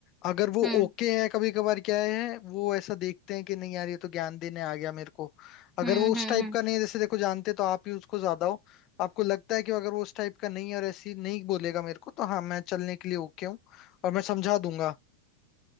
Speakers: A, on the left (about 35°); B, in the centre.
A: अगर वो
B: हम्म
A: ओके है कभी कभार क्या है वो ऐसा देखते हैं कि नहीं यार ये तो ज्ञान देने आ गया मेरे को अगर
B: हम्म
A: वो उस
B: हम्म
A: टाइप
B: हम्म
A: का नहीं है जैसे देखो जानते तो आप ही उसको ज्यादा हो आपको लगता है कि अगर वो उस टाइप का नहीं है और ऐसी नहीं बोलेगा मेरे को तो हाँ मैं चलने के लिए ओके हूँ और मैं समझा दूंगा